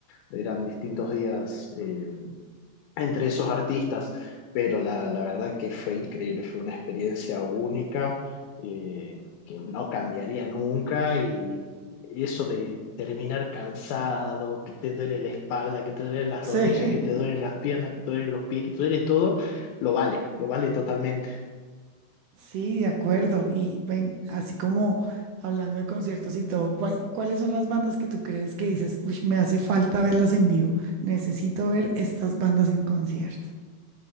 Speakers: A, on the left; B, on the right.
A: Eran distintos días. eh, entre esos artistas, pero la, la verdad que fue increíble, fue una experiencia única eh, que no cambiaría nunca y eso de terminar cansado, que te duele la espalda, que te duelen las
B: Sí.
A: rodillas, que te duelen
B: <laughs>
A: las piernas, que te duelen los pies, que te duele todo, lo vale, lo vale totalmente.
B: Sí, de acuerdo. Y ven, así como hablando de conciertos y todo, ¿cuál- cuáles son las bandas que tú crees que dices, uy, me hace falta verlas en vivo? Necesito ver estas bandas en concierto.